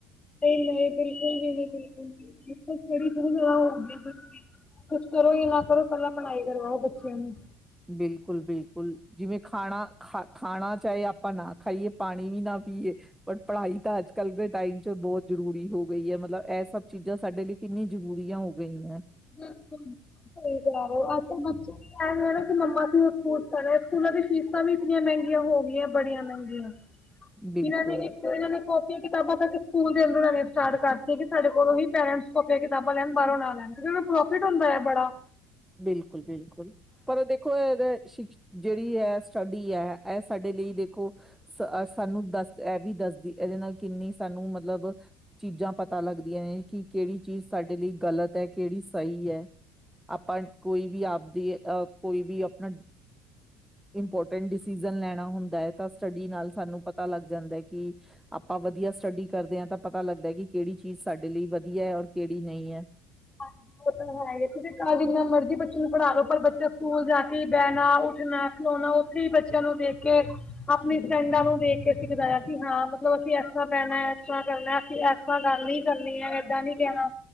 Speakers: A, on the left; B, in the centre.
A: ਨਹੀਂ ਨਹੀਂ ਬਿਲਕੁਲ ਵੀ ਨਹੀਂ, ਬਿਲਕੁਲ ਸਟੱਡੀ ਤਾਂ ਜ਼ਰੂਰੀ ਹੋਗੀ, ਕੁਛ ਕਰੋ ਜਾਂ ਨਾ ਕਰੋ ਪਹਿਲਾਂ ਪੜ੍ਹਾਈ ਕਰਵਾਓ ਬੱਚਿਆਂ ਨੂੰ।
B: ਬਿਲਕੁਲ ਬਿਲਕੁਲ ਜਿਵੇਂ ਖਾਣਾ ਖਾ ਖਾਣਾ ਚਾਏ ਆਪਾਂ ਨਾ ਖਾਈਏ, ਪਾਣੀ ਵੀ ਨਾ ਪੀਏ, ਪਰ ਪੜ੍ਹਾਈ ਤਾਂ ਅੱਜੱਲ ਕੱਲ ਦੇ ਟਾਈਮ ਚ ਬੋਤ ਜ਼ਰੂਰੀ ਵੀ ਹੋ ਗਈ ੲ ਮਤਲਬ ਏ ਸਭ ਚੀਜ਼ਾਂ ਸਾਡੇ ਲਈ ਕਿੰਨੀ ਜ਼ਰੂਰੀਆਂ ਹੋ ਗਈਏ ।
A: ਬਿਲਕੁੁਲ ਸਈ ਕੈ ਰਹੇ ਹੌ। ਆਜਕਲ ਬੱਚੇ ਵੀ ਹੈਗੇ ਨੇ <unintelligible> ਕਿ ਮੰਮਾ ਸਕੂਲ <unintelligible> ਸਕੂਲਾਂ ਦੀ ਫੀਸਾਂ ਵੀ ਇਤਨੀਆਂ ਮੈਗੀਂਆਂ ਹੋ ਗੀਏ ਬੜੀਆਂ ਮੈਗੀਂਆਂ
B: ਬਿਲਕੁਲ
A: ਇੱਣਾ ਨੇ ਇੱਕ ਇਨਾਂ ਨੇ ਕੋਪੀ, ਕਿਤਾਬਾਂ ਤੱਕ ਸਕੂਲ ਫਿਰ ਊਨਾਨੇ ਸਟਾਰਟ ਕਰ ਤੀ, ਕਿ ਸਾਡੇ ਕੋਲੋਂ ਹੀ ਪੈਰੈਂਸ ਕੋਪੀਂ, ਕਿਤਾਬਾਂ ਲੈਨ ਬਾਰੋਂ ਨਾ ਲੈਨ। <unintelligible> ਨੂੰ ਪ੍ਰੋਫਿਟ ਹੁੰਦਾ ਏ ਬੜਾ
B: ਬਿਲਕੁਲ, ਬਿਲਕੁਲ ਪਰ ਦੇਖੋ ਇਹ ਸ਼ਿਕਸ਼ ਜੜੀ ੲ ਸਟੱਡੀ ਏ ਐ ਸਾਡੇ ਲਈ ਦੇਖੋ ਸਾਨੂੰ ਦੱਸ ਏ ਵੀ ਦੱਸਦੀ ਏਦੇ ਨਾਲ ਕਿੰਨੀ ਸਾਨੂੰ ਮਤਲਬ ਚੀਜ਼ਾਂ ਪਤਾ ਲੱਗਦਿਆਂ ਏ, ਕਿ ਕੇੜੀ ਚੀਜ਼ ਸਾਡੇ ਲੀ ਗਲਤ ਹੈ, ਕੇੜੀ ਸਹੀ ਏ। ਆਪਾ ਕੋਈ ਵੀ ਆਪ ਦੀ ਅ ਕੋਈ ਵੀ ਆਪਣਾ ਇੰਪੋਰਟਂਟ ਡਸੀਜਨ ਲੈਣਾ ਹੁੰਦਾ ਹੈ, ਤਾ ਸਟਡੀ ਨਾਲ ਸਾਨੂ ਪਤਾ ਲਗ ਜਾਂਦਾ ਏ, ਕਿ ਆਪਾ ਵਧਿਆ ਸਟਡੀ ਕਰਦੇ ਆ ਤਾ ਪਤਾ ਲਗਦਾ, ਕਿ ਕੇੜੀ ਚੀਜ਼ ਸਾਡੇ ਲੀ ਵਧੀਏ ਔਰ ਕੇੜੀ ਨਈ ਏ।
A: ਹਾਂਜੀ ਉਹ ਤਾਂ ਹੈ ਜਿੰਨਾ ਮਰਜੀ ਬੱਚੇ ਨੂੰ ਪੜ੍ਹਾ ਲੋ, ਪਰ ਬੱਚਾ ਸਕੂਲ ਜਾ ਕੇ ਹੀ ਬਹਿਣਾ ਉੱਠਣਾ ਖਲੋਣਾ ਉੱਥੇ ਹੀ ਬੱਚਿਆਂ ਨੂੰ ਦੇਖ ਕੇ ਆਪਣੀ ਫਰੈਂਡਾਂ ਨੂੰ ਦੇਖ ਕੇ ਸਿਖਦਾ ਆ, ਕਿ ਹਾਂ ਮਤਲਬ ਅਸੀਂ ਇਸ ਤਰ੍ਹਾਂ ਬਹਿਣਾ ਇਸ ਤਰ੍ਹਾਂ ਕਰਨਾ ਐਸਾ ਗੱਲ ਨੀ ਕਰਨੀ ਹੈ, ਏਦਾਂ ਨ ਕਹਿਣਾ